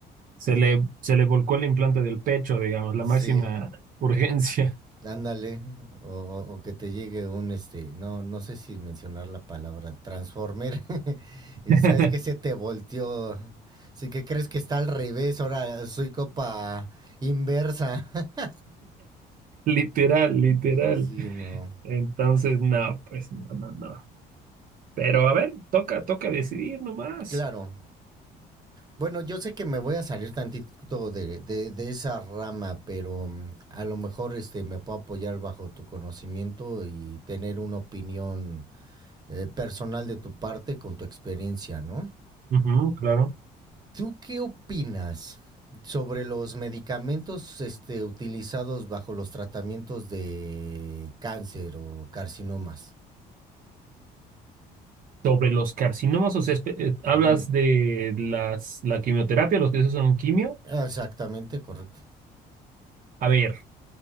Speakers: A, on the right; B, on the right.
A: se le, se le volcó el implante del pecho, digamos, la
B: Sí,
A: máxima urgencia.
B: ándale, o, o- o que te llegue un, este, no, no sé si mencionar la palabra transformer, <laughs> y
A: <laughs>
B: sabes que se te volteó, sí que crees que está al revés, ahora soy copa inversa. <laughs>
A: Literal, literal.
B: Sí, no,
A: Entonces, no, pues no, no, no. Pero a ver, toca, toca decidir nomás.
B: claro, Bueno, yo sé que me voy a salir tantito de, de, de esa rama, pero mm, a lo mejor este, me puedo apoyar bajo tu conocimiento y tener una opinión eh, personal de tu parte con tu experiencia, ¿no?
A: Ujú, claro.
B: ¿Tú qué opinas sobre los medicamentos este, utilizados bajo los tratamientos de cáncer o carcinomas?
A: Sobre los carcinomas, o sea, espe- eh, hablas
B: Ujú.
A: de las, la quimioterapia, los que se usan quimio.
B: Exactamente, correcto.
A: A ver.